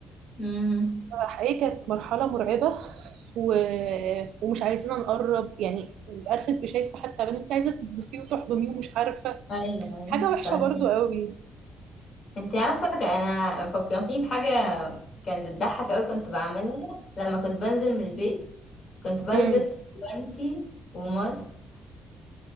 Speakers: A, on the left; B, on the right.
A: مم.
B: حقيقي كانت مرحلة مرعبة و... ومش عايزين نقرب يعني عارفه انت شايفه حتى بنت عايزه تبصي وتحضنيه ومش عارفه
A: أيوه أيوه
B: حاجه وحشه
A: فاهمة
B: برضو قوي
A: انت عارفة ك- أنا فكرتيني بحاجة كانت بتضحك أوي كنت بعملها لما كنت بنزل من البيت كنت بلبس
B: امم
A: جوانتي وماسك